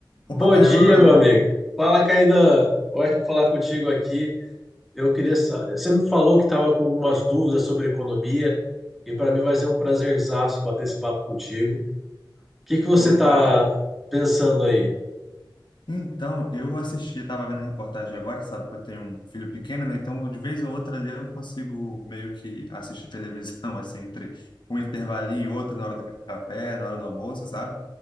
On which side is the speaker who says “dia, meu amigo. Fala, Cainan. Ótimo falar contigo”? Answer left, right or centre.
Centre